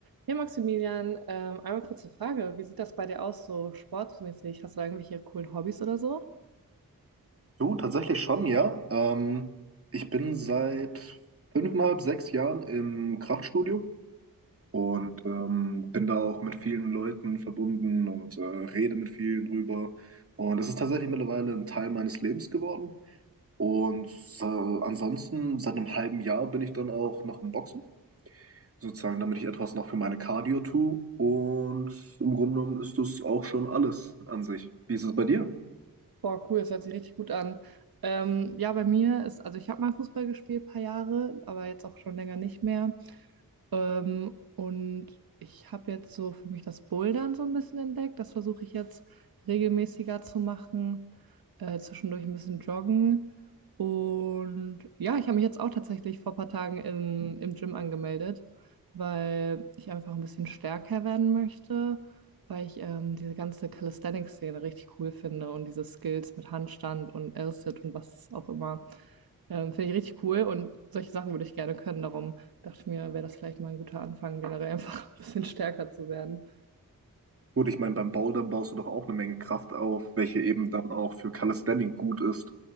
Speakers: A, on the right; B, on the right.
A: Hey Maximilian, ähm, einmal kurze Frage. Wie sieht das bei dir aus, so sportmäßig? Hast du da irgendwelche coolen Hobbys oder so?
B: Du, tatsächlich schon, ja. Ähm, ich bin seit fünfeinhalb, sechs Jahren im Kraftstudio und ähm, bin da auch mit vielen Leuten verbunden und äh, rede mit vielen drüber. Und es ist tatsächlich mittlerweile ein Teil meines Lebens geworden. Und äh, ansonsten, seit einem halben Jahr bin ich dann auch noch im Boxen, sozusagen, damit ich etwas noch für meine Cardio tue. Und im Grunde genommen ist das auch schon alles an sich. Wie ist es bei dir?
A: Boah, cool, das hört sich richtig gut an. Ähm, ja, bei mir ist, also ich habe mal Fußball gespielt, ein paar Jahre, aber jetzt auch schon länger nicht mehr. Ähm, und ich habe jetzt so für mich das Bouldern so ein bisschen entdeckt. Das versuche ich jetzt regelmäßiger zu machen, äh, zwischendurch ein bisschen joggen. Und ja, ich habe mich jetzt auch tatsächlich vor ein paar Tagen in, im Gym angemeldet, weil ich einfach ein bisschen stärker werden möchte weil ich ähm, diese ganze Calisthenics-Szene richtig cool finde und diese Skills mit Handstand und L-Sit und was auch immer. Ähm, finde ich richtig cool und solche Sachen würde ich gerne können. Darum dachte ich mir, wäre das vielleicht mal ein guter Anfang, generell einfach <laughs> ein bisschen stärker zu werden.
B: Gut, ich meine, beim Bouldern baust du doch auch eine Menge Kraft auf, welche eben dann auch für Calisthenics gut ist.